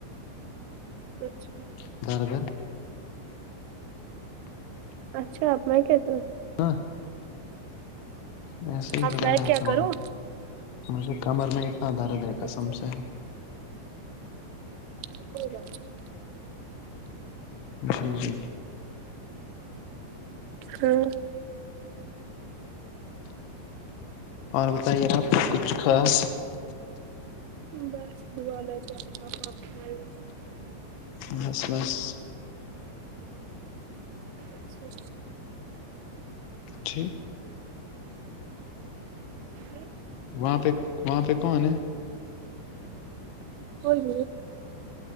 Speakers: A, on the right (about 85°); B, on the left (about 75°).
A: کچھ
B: <unintelligible>
A: اچھا آپ نی کہتے ہو
B: ہاں ویسے ہی
A: اب
B: بتا
A: میں
B: رہا
A: کیا
B: تھا
A: کروں
B: مجھے کمر میں اتنا درد ہے
A: اچھا
B: قسم سے
A: ٹھیک اچھا کوئی بات نہیں
B: جی جی
A: ہوں
B: اور بتائیے آپ کچھ خاص
A: بس دعا میں کیا بتاؤں آپ ائیچ
B: بس بس
A: اچھا
B: جی
A: جی،
B: وہاں پہ وہاں پہ کون ہے
A: کوئی نہیں